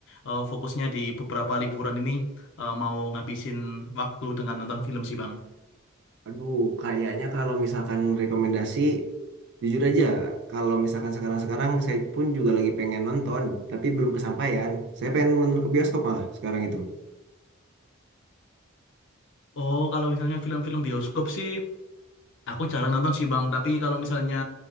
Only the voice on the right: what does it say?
Aduh, kayaknya kalau misalkan rekomendasi, jujur aja, kalau misalkan sekarang-sekarang saya pun juga lagi pengen nonton, tapi belum kesampaian. Saya pengen nonton ke bioskop malah sekarang itu.